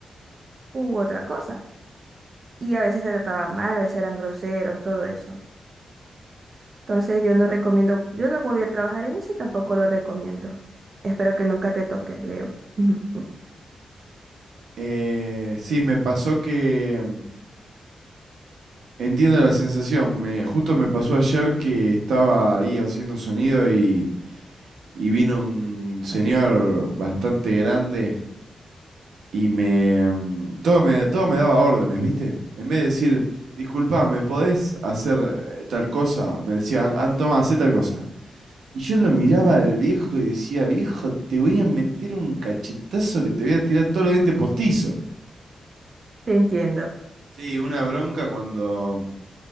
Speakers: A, on the right; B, on the right.
A: u otra cosa. Y a veces te trataban mal, a veces eran groseros, todo eso. Entonces yo no recomiendo, yo no volví a trabajar en eso y tampoco lo recomiendo. Espero que nunca te toque, Leo. <laughs> Ujú.
B: Eh, sí, me pasó que mm, entiendo la sensación. Me, justo me pasó ayer que estaba ahí haciendo sonido y, y vino un señor bastante grande y me, mm, todo me, todo me daba órdenes, ¿viste? En vez de decir, disculpa, ¿me podés hacer eh, tal cosa? Me decía, "An- toma, hacé tal cosa. Y yo lo miraba al viejo y decía, viejo, te voy a meter un cachetazo que te voy a tirar todos los dientes postizos.
A: Te entiendo.
B: Sí, una bronca cuando